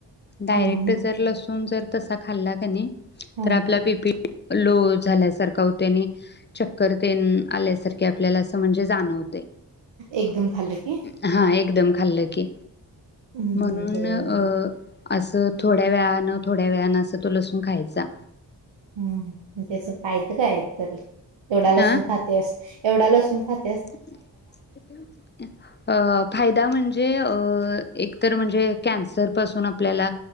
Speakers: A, on the left; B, on the right.
A: डायरेक्ट
B: हां,
A: जर लसून जर तसा खाल्ला कनी
B: हां.
A: तर आपला बीपी लो झाल्यासारखा होते आणि चक्कर तेन आल्यासारखे आपल्याला असं म्हणजे जाणवतय.
B: एकदम खाल्लं की?
A: हा एकदम खाल्लं की,
B: हं,
A: म्हणून
B: बरं.
A: अ अस थोड्या वेळान थोड्या त्या वेळी अनासा तो लसूून खायचा.
B: हम मग त्याच फायद काय आहेत? तरी एवढा लसून
A: हा
B: खातियास? एवढा लसून खात
A: <unintelligible> अ फायदा म्हणजे अ.. एक तर म्हणजे कॅन्सर पासून आपल्याला